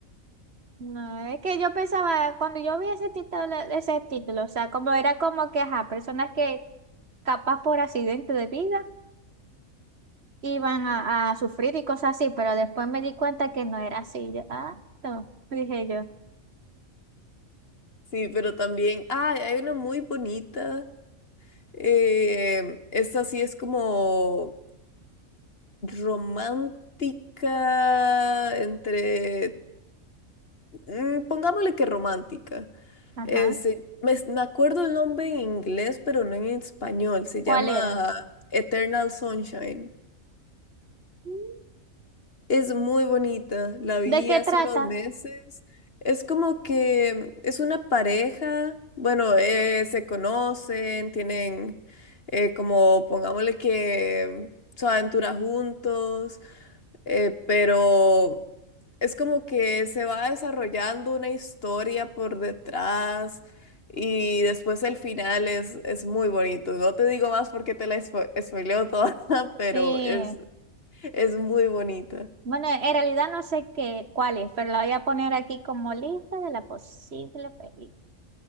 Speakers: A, on the right; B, on the left.
A: No, es que yo pensaba, cuando yo vi ese título, ese título, o sea, como era como que, ajá, personas que capaz por accidente de vida, iban a, a sufrir y cosas así, pero después me di cuenta que no era así. Yo, ah, no, <laughs> dije yo,
B: Sí, pero también, ah, hay una muy bonita. eh, esta sí es como romántica entre, mm, pongámosle que romántica.
A: ajá,
B: Eh, se- me, me acuerdo el nombre en inglés, pero no en español. Se
A: ¿cuál
B: llama
A: era?
B: Eternal Sunshine.
A: Mm,
B: Es muy bonita. La vi
A: ¿De qué
B: hace
A: trata?
B: unos meses. Es como que mm, es una pareja. Bueno, eh, se conocen, tienen eh, como, pongámosle que mm, su aventura juntos. eh, pero es como que se va desarrollando una historia por detrás y después el final es, es muy bonito. No te digo más porque te la spo- spoileo toda, <laughs> pero
A: Sí.
B: es, es muy bonito.
A: Bueno, en realidad no sé qué, cuál es, pero la voy a poner aquí como lista de las posibles películas.